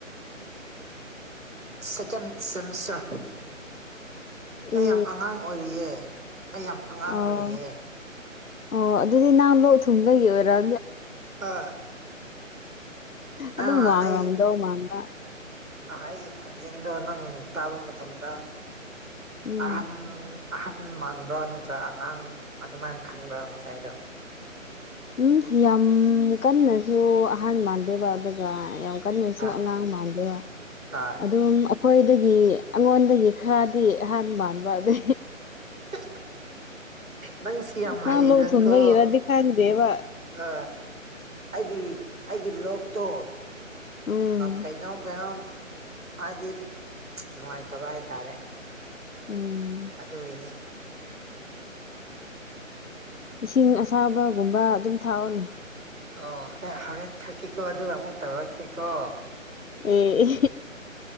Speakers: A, on the right; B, on the left.
A: ꯁꯀꯦꯟ ꯁꯤꯃꯤꯁꯇꯔ ꯑꯩ
B: ꯑꯦ
A: ꯌꯥꯝ ꯑꯉꯥꯡ ꯑꯣꯏꯔꯤꯑ ꯑꯩ ꯌꯥꯝ ꯑꯉꯥꯡ
B: ꯑꯣ
A: ꯑꯣꯏꯔꯤꯑ
B: ꯑꯣ ꯑꯗꯨꯗꯤ ꯊꯒꯤ ꯌꯔ
A: ꯑ ꯅꯪ
B: ꯑꯗꯨꯝ ꯋꯥꯡꯔꯝꯗꯧ
A: ꯑꯩ
B: ꯋꯥꯡꯃ
A: ꯑꯩꯒꯤ ꯈꯣꯟꯖꯟꯗꯣ ꯅꯪ ꯇꯥꯕ ꯃꯇꯝꯗ
B: ꯎꯝ
A: ꯑꯍꯟ ꯑꯍꯟ ꯃꯥꯟꯕ꯭ꯔꯥ ꯅꯠꯇ꯭ꯔꯥ ꯑꯉꯥꯡ ꯑꯗꯨꯃꯥꯏꯅ ꯈꯟꯕ꯭ꯔꯥ ꯉꯁꯥꯏꯗꯣ
B: ꯎꯝ ꯌꯥꯝ ꯀꯟꯅꯁꯨ ꯑꯍꯥꯟ ꯃꯥꯟꯗꯦꯕ ꯑꯗꯨꯒ ꯌꯥꯝ ꯀꯟꯅꯁꯨ
A: ꯍꯥ
B: ꯑꯉꯥꯡ ꯃꯥꯟꯗꯕ
A: ꯍꯣꯏ
B: ꯑꯗꯨꯝ ꯑꯩꯈꯣꯏꯗꯒꯤ ꯑꯩꯉꯣꯟꯗꯒꯤ ꯈꯔꯗꯤ ꯍꯅꯃꯥꯟꯕꯗ
A: ꯑ ꯅꯪꯁꯤ ꯌꯥꯝ
B: ꯅꯪ
A: ꯍꯩꯗꯀꯣ
B: ꯂꯣꯛ ꯊꯨꯡꯕꯒꯤꯔꯗꯤ ꯈꯪꯗꯦꯕ
A: ꯑ ꯑꯩꯒꯤ ꯑꯩꯒꯤ ꯂꯣꯛꯇꯣ
B: ꯎꯝ
A: ꯀꯩꯅꯣꯝ ꯀꯩꯅꯣꯝ ꯍꯥꯏꯗꯤ ꯅꯨꯡꯉꯥꯏꯇꯕ ꯍꯥꯏꯇꯥꯔꯦ
B: ꯎꯝ
A: ꯑꯗꯨꯏꯅꯦ
B: ꯏꯁꯤꯡ ꯑꯁꯥꯕꯒꯨꯝꯕ ꯑꯗꯨꯝ ꯊꯥꯛꯑꯣꯅꯤ
A: ꯑꯣ ꯍꯣꯔꯦꯟ ꯊꯛꯀꯦꯀꯣ ꯑꯗꯨ ꯑꯃꯨꯛ ꯇꯧꯔꯛꯀꯦꯀꯣ
B: ꯎꯝ